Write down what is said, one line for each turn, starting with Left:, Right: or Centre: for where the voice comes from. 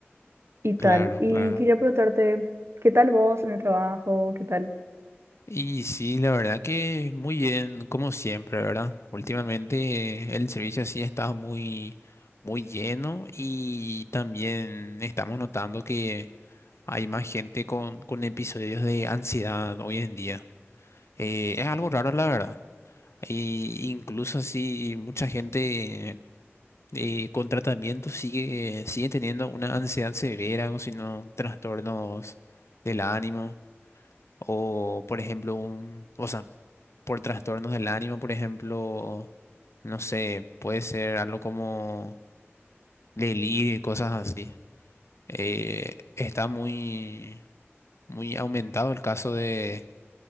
Right: Y tal.
Left: Claro,
Right: Y
Left: claro.
Right: quería preguntarte, ¿qué tal vos en el trabajo? ¿Qué tal?
Left: Y sí, la verdad que muy bien, como siempre, ¿verdad? Últimamente el servicio sí está muy, muy lleno y también estamos notando que hay más gente con, con episodios de ansiedad hoy en día. Eh, es algo raro, la verdad. Y incluso así mucha gente eh, con tratamiento sigue, sigue teniendo una ansiedad severa o si no, trastornos del ánimo. O, por ejemplo, un, o sea, por trastornos del ánimo, por ejemplo, no sé, puede ser algo como delirio y cosas así. Eh, está muy, muy aumentado el caso de,